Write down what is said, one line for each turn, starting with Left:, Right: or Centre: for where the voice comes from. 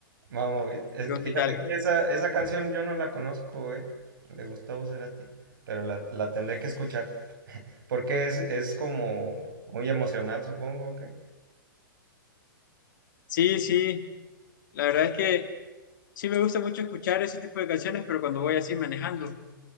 Right: Vamos, es-
Left: Digo,
Right: fíjate
Left: ¿qué tal?
Right: que esa, esa canción yo no la conozco, eh, de Gustavo Cerati, pero la, la tendré que escuchar, porque es, es como muy emocional, supongo, que
Left: Sí, sí, la verdad es que... Sí me gusta mucho escuchar ese tipo de canciones, pero cuando voy así manejando,